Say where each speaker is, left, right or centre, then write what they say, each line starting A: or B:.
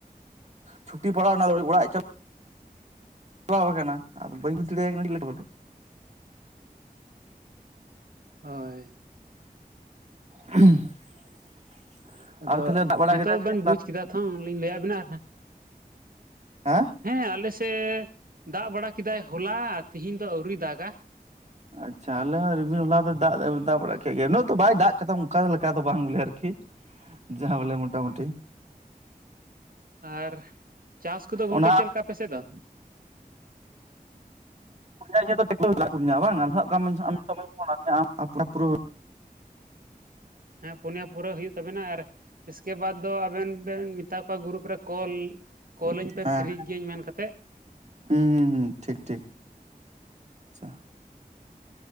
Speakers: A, on the right; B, on the right.
A: ᱪᱷᱩᱴᱤ ᱯᱟᱲᱟᱜ ᱚᱱᱟ ᱚᱲᱟᱜ ᱪᱟᱞᱟᱜ ᱪᱟᱞᱟᱣ ᱟᱠᱟᱱᱟ, ᱟᱫᱚ ᱵᱟᱹᱧ ᱵᱩᱡᱽ ᱫᱟᱲᱮᱭᱟᱜ ᱠᱟᱱᱟ ᱪᱮ ᱞᱮ ᱵᱚᱞᱮ᱾
B: ᱦᱚᱭ
A: <unintelligible>
B: ᱟᱫᱚ,
A: ᱟᱨ ᱛᱟᱦᱚᱞᱮ ᱫᱟᱜ ᱵᱟᱲᱟ
B: ᱱᱤᱛᱚᱜ
A: ᱠᱮᱫᱟᱭ ᱥᱮ
B: ᱵᱮᱱ ᱵᱩᱡ ᱠᱮᱫᱟ ᱛᱚᱞᱤᱧ ᱞᱟᱹᱭᱟᱜ ᱵᱤᱱᱟ ᱟᱨᱦᱟᱜ
A: ᱦᱟᱸ
B: ᱦᱮᱸ ᱟᱞᱮᱥᱮᱜ, ᱫᱟᱜ ᱵᱟᱲᱟ ᱠᱮᱫᱟᱭ ᱦᱚᱞᱟ ᱛᱤᱦᱤᱧ ᱫᱚ ᱟᱹᱣᱨᱤ ᱫᱟᱜᱟ᱾
A: ᱟᱪᱪᱷᱟ ᱟᱞᱮ ᱦᱚᱸ ᱨᱤᱢᱤᱞ ᱦᱚᱞᱟ ᱫᱚ ᱫᱟᱜ ᱢᱮ ᱫᱟᱜ ᱵᱟᱲᱟᱜ ᱠᱮᱜ ᱜᱮ ᱩᱱᱟᱹᱜ ᱫᱚ ᱵᱟᱭ ᱫᱟᱜ ᱠᱟᱫᱟ ᱚᱱᱠᱟ ᱞᱮᱠᱟ ᱫᱚ ᱵᱟᱝ ᱵᱚᱞᱮ ᱟᱨᱠᱤ ᱡᱟᱦᱟᱸ ᱵᱚᱞᱮ ᱢᱳᱴᱟᱢᱩᱴᱤ
B: ᱟᱨ ᱪᱟᱥ ᱠᱚᱫᱚ ᱜᱚᱢᱠᱮ
A: ᱚᱱᱟ
B: ᱪᱮᱫ ᱞᱮᱠᱟ ᱟᱯᱮᱥᱮᱫ ᱫᱚ
A: ᱜᱚᱝᱠᱮ ᱤᱧᱟᱜ ᱫᱚ ᱴᱮᱠᱥ ᱵᱟᱝᱧ ᱯᱷᱚᱱᱟᱜ ᱢᱮᱭᱟ ᱟ ᱯᱩᱨᱟ.
B: ᱦᱮᱸ, ᱯᱩᱱᱭᱟ ᱯᱩᱨᱟᱹ ᱦᱩᱭᱩᱜ ᱛᱟᱵᱮᱱᱟ ᱟᱨ ᱤᱥᱠᱮᱵᱟᱫᱽ ᱫᱚ ᱟᱵᱮᱱ ᱵᱮᱱ ᱢᱮᱛᱟ ᱠᱚᱣᱟ ᱜᱩᱨᱩᱯ ᱨᱮ ᱠᱚᱞ ᱾ ᱠᱚᱞᱟᱹᱧ ᱯᱮ
A: ᱦᱮᱸ
B: ᱯᱷᱤᱨᱤ ᱜᱤᱭᱟᱹᱧ ᱢᱮᱱ ᱠᱟᱛᱮᱫ
A: ᱦᱩᱸ ᱦᱩᱸ ᱦᱩᱸ ᱴᱷᱤᱠ ᱴᱷᱤᱠ ᱟᱪᱪᱷᱟ